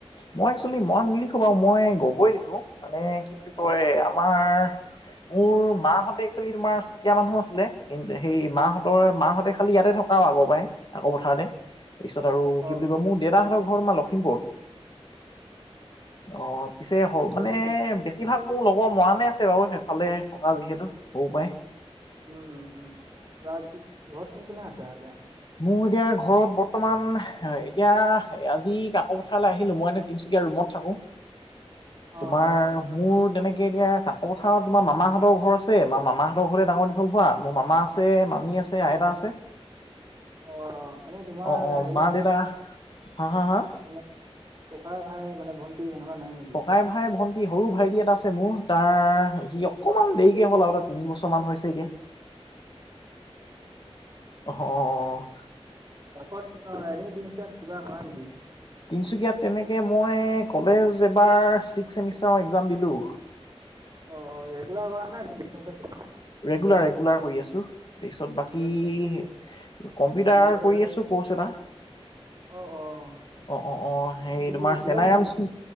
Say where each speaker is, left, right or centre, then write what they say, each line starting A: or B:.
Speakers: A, on the left; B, on the right.
A: মই একচৱেলি মৰাণ নিলিখো বাৰু মই গগৈ লিখো মানে কি বুলি কয়
B: অ
A: আমাৰ মোৰ মাহঁতে একচুৱেলি তোমাৰ চুতীয়া মানুহ আছিলে। কিন্তু সেই মাহঁতৰ মাহঁতে খালি ইয়াতে থকা আগৰ পাই কাকো পথাৰতে তাৰপিছত আৰু
B: অ
A: কি বুলি কয় মোৰ দেউেতাহঁতৰ ঘৰত আমাৰ লখিমপুৰত। অ পিছে সৰু
B: সেইটো
A: মানে বে বেছিভাগ মোৰ লগৰ মৰাণে আছে বাৰু সেইফালে থকা যিহেতু সৰুৰ পাৰে।
B: উম উম উম বাৰু ঘৰ কোন কোনে আছে এতিয়া?
A: মোৰ এতিয়া ঘৰত বৰ্তমান এতিয়া আজি কাকো পথাৰলৈ আহিলো। মই এনে তিনচুকীয়া ৰুমত থাকো।
B: অ অ
A: তোমাৰ
B: অ
A: মোৰ তেনেকে এতিয়া কা কাকো পথাৰত তোমাৰ মামাহঁতৰ ঘৰ আছে, মাৰ মামাহঁতৰ ঘৰ ডাঙৰ দীঘল হোৱা। মোৰ মামা আছে, মামী আছে, আইতা আছে।
B: অ এনেই তোমাৰ
A: অ অ
B: হেৰি
A: মা
B: নাই
A: দেউতা
B: নে
A: হা? হা? হা?
B: মানে ককাই-ভাই মানে ভন্তি সেনেকা নাই নেকি?
A: ককাই-ভাই ভণ্ট সৰু ভাইটি এটা আছে মোৰ, তাৰ সি অকনমান দেৰিকে হ'ল আৰু এটা তিনি বছৰ মান হৈছে এতিয়া। অ', অ'।
B: কাষত অ', এনে <unintelligible> কিবা পা নেকি।
A: তিনিচুকীয়াত তেনেকৈ মই কলেজ এবাৰ ছিক্স চেমিষ্টাৰৰ এক্সাম দিলোঁ।
B: অ', ৰেগুলাৰ হোৱা নাই ডিচটেন্স
A: ৰেগুলাৰ ৰেগুলাৰ কৰি আছোঁ। তাৰপিছত বাকী
B: কিহত তুমি
A: কম্পিউটাৰ
B: মেজৰ চেজৰ
A: কৰি আছো ক'ৰ্চ এটা।
B: অ', অ',
A: অ', অ', অ', হে
B: কিহত
A: তোমাৰ চেনাইৰাম
B: লৈছিলা?
A: স্কুল